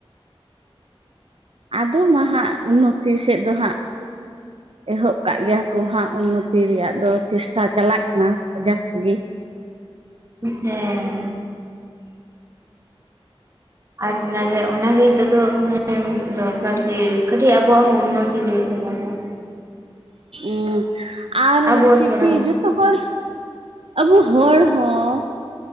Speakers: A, on the right; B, on the right.
A: ᱟᱫᱚ ᱢᱟᱦᱟᱸᱜ ᱩᱱᱱᱚᱛᱤ ᱥᱮᱫ ᱫᱚ ᱦᱟᱸᱜ ᱮᱦᱚᱵ ᱠᱟᱜ ᱜᱮᱭᱟ ᱠᱚ ᱦᱟᱸᱜ ᱩᱱᱱᱚᱛᱤ ᱨᱮᱭᱟᱜ ᱫᱚ ᱪᱮᱥᱴᱟ ᱪᱟᱞᱟᱜ ᱠᱟᱱᱟ ᱠᱟᱡᱟᱠ ᱛᱮᱜᱮ ᱾
B: ᱦᱮᱸ ᱟᱨ ᱚᱱᱟᱜᱮ ᱚᱱᱟᱜᱮ ᱱᱤᱛᱚᱜ ᱫᱚ ᱢᱟᱱᱮ ᱫᱚᱨᱠᱟᱨ ᱡᱮ ᱠᱟᱹᱴᱤᱡ ᱟᱵᱚᱣᱟᱜ ᱦᱚᱸ ᱩᱱᱱᱚᱛᱤ ᱦᱩᱭᱩᱜ ᱛᱟᱵᱚᱱᱟ ᱾
A: ᱩ ᱟᱨ
B: ᱟᱵᱚ
A: ᱦᱚᱪᱪᱮ
B: ᱛᱷᱚᱲᱟ
A: ᱠᱤ ᱡᱚᱛᱷᱚ ᱦᱚᱲ ᱟᱵᱚ ᱦᱚᱲ ᱦᱚᱸ